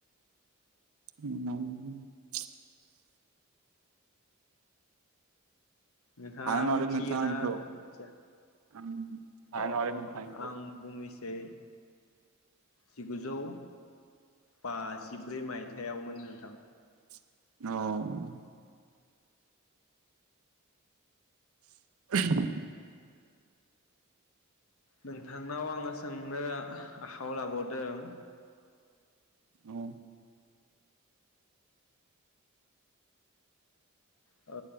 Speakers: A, on the right; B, on the left.
A: <unintelligible>
B: नोंथाङा
A: हानाय नङालै
B: मिथियोना
A: नोंथां आंखौ
B: मिथिया?
A: आं हानाय
B: अ
A: नङालै नोंथां आंखौ
B: आं बुंनिसि बे जिगुजौ बाजिब्रै मायथायाइयावमोन नोंथां।
A: औ। <unintelligible>
B: नोंथांनाव आङो सोंनो आखायाव लाबावदों
A: औ।
B: ओ